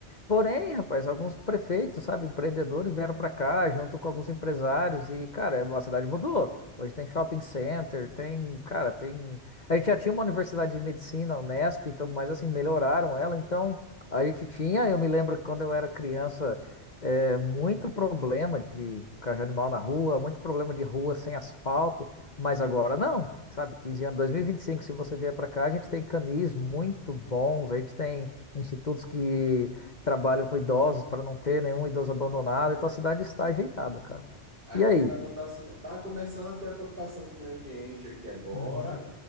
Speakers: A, on the left; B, on the right.
A: Porém, rapaz, alguns prefeitos, sabe, empreendedores vieram pra cá junto com alguns empresários e, cara, a cidade mudou. Hoje tem shopping center, tem, cara, tem. A gente já tinha uma universidade de medicina, a Unesp, então, mas assim, melhoraram ela, então. A gente tinha, eu me lembro que quando eu era criança, é, muito problema de cachorro animal na rua, muito problema de rua sem asfalto, mas agora não, sabe? 15 anos, dois mil e e vinte e cinco, se você vier para cá, a gente tem canis muito bons, a gente tem institutos que trabalham com idosos para não ter nenhum idoso abandonado, então a cidade está ajeitada, cara.
B: Aqui
A: E aí?
B: ainda não está assim, não. Está começando a ter a preocupação com o meio ambiente aqui agora,
A: Uhum,